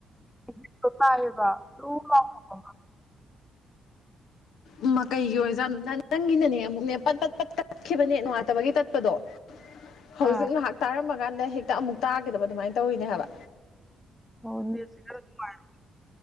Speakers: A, in the centre; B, on the left.
A: <inaudible>
B: ꯎꯝꯃꯥ ꯀꯩꯒꯤ ꯑꯣꯏꯔꯖꯥꯠꯅꯨ ꯅꯪ ꯅꯪꯒꯤꯅꯅꯦ ꯑꯃꯨꯛꯅꯦ ꯄꯠ ꯄꯠ ꯄꯠ ꯇꯠꯈꯤꯕ ꯅꯦꯠ ꯅꯨꯡꯉꯥꯏꯇꯕꯒꯤ ꯇꯠꯄꯗꯣ ꯍꯧꯖꯤꯛ
A: ꯑꯥ
B: ꯉꯥꯍꯥꯛ ꯇꯥꯔꯝꯃꯒꯥꯟꯗ ꯍꯦꯛꯇ ꯑꯃꯨꯛ ꯇꯥꯒꯤꯗꯕ ꯑꯗꯨꯃꯥꯏ ꯇꯧꯏꯅꯦ ꯍꯥꯏꯕ
A: ꯑꯣ <unintelligible>